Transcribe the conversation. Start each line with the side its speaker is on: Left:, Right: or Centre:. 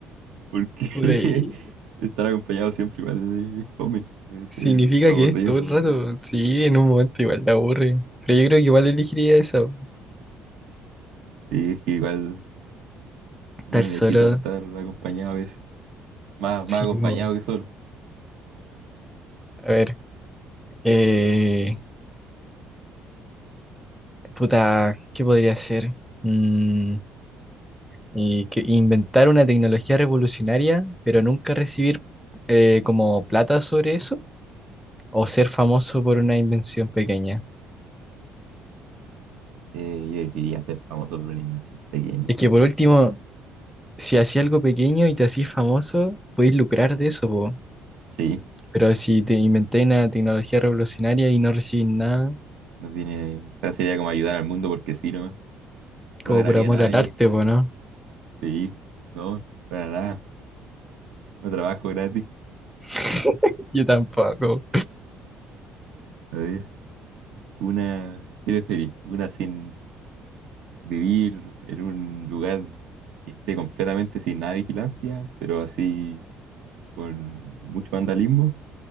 Right: porque
Centre: Puta,
Right: <laughs>
Centre: y-
Right: estar acompañado siempre igual es fome, es
Centre: Significa
Right: eh, aburrido.
Centre: que es todo el rato. Sí, en un momento igual te aburre. Pero yo creo que igual elegiría esa.
Right: Sí, es que igual
Centre: Estar
Right: uno necesita
Centre: solo.
Right: estar acompañado a veces, más,
Centre: Sí,
Right: más acompañado
Centre: po.
Right: que solo.
Centre: A ver. eh, puta, ¿qué podría hacer Mm, y que inventar una tecnología revolucionaria, pero nunca recibir eh, como plata sobre eso. O ser famoso por una invención pequeña.
Right: Eh, yo elegiría ser famoso por una invención pequeña.
Centre: Es que por último, si hacía algo pequeño y te hacís famoso, podéis lucrar de eso, po.
Right: Sí,
Centre: Pero si te inventáis una tecnología revolucionaria y no recibís nada.
Right: no tiene, o sea, sería como ayudar al mundo porque sí, nomás.
Centre: Como
Right: No ganaría
Centre: por amor
Right: nada
Centre: al
Right: yo.
Centre: arte, po, ¿no?
Right: Sí, no, para nada. No trabajo gratis.
Centre: <laughs> Yo tampoco.
Right: A ver, una, quiero feliz? Una sin vivir en un lugar que esté completamente sin nada de vigilancia, pero así con mucho vandalismo,